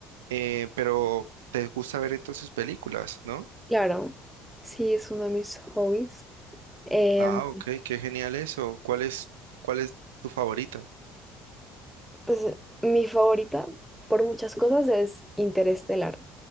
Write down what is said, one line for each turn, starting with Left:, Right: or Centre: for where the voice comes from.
Right: Eh, pero te gusta ver entonces películas, ¿no?
Centre: Claro, sí, es uno de mis hobbies. Em,
Right: Ah, ok, qué genial eso. ¿Cuál es, cuál es tu favorita?
Centre: Pues mi favorita por muchas cosas es Interestelar.